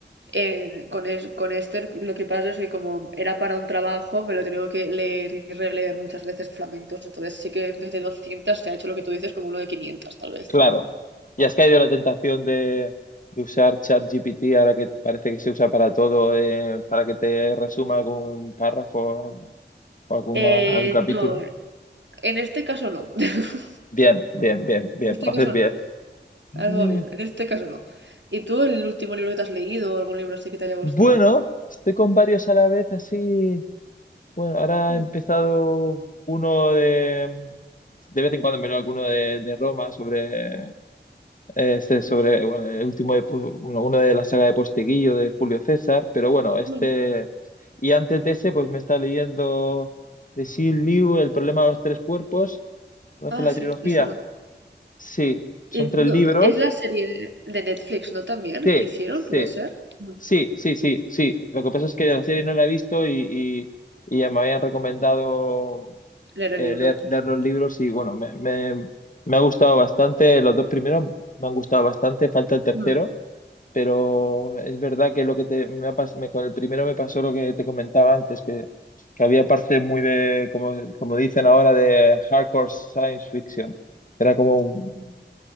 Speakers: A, on the right; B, on the left.
A: Eh, con, es- con Esther lo que pasa es que como era para un trabajo, me lo he tenido que leer y releer muchas veces flamencos, entonces sí que desde 200 se ha hecho lo que tú dices como uno de 500 tal vez.
B: claro. Y has caído en la tentación de, de usar ChatGPT ahora que parece que se usa para todo, eh, para que te resuma algún párrafo o alguna,
A: Eh,
B: algún capítulo.
A: no, en este caso no, <laughs>
B: Bien, bien, bien, bien.
A: en este
B: Haces
A: caso
B: bien.
A: no,
B: Mm.
A: algo bien, en este caso no. ¿Y tú el último libro que te has leído o algún libro así que te haya gustado?
B: Bueno, estoy con varios a la vez, así. Bueno, ahora
A: Mm,
B: he empezado uno de. De vez en cuando me leo alguno de, de Roma sobre. eh, Este sobre. Bueno, el último de, Pu- uno, uno de la saga de Posteguillo de Julio César, pero bueno, este.
A: mm.
B: Y antes de ese, pues me está leyendo de Sil Liu, El problema de los tres cuerpos. ¿Conoce
A: Ah,
B: la
A: sí,
B: trilogía?
A: me suena.
B: Sí, son
A: Es,
B: tres
A: no,
B: libros.
A: es la serie de Netflix, ¿no? También,
B: Sí,
A: que hicieron,
B: sí.
A: puede ser. Mm.
B: Sí, sí, sí, sí. Lo que pasa es que la serie no la he visto y, y, y ya me habían recomendado
A: Leer el
B: eh,
A: libro.
B: leer, leer los libros y bueno, me, me, me ha gustado bastante. Los dos primeros me han gustado bastante, falta el tercero,
A: Mm,
B: pero es verdad que lo que te, me ha pas- me- con el primero me pasó lo que te comentaba antes, que, que había parte muy de, como, como dicen ahora, de hardcore science fiction. Era como, un-
A: mm.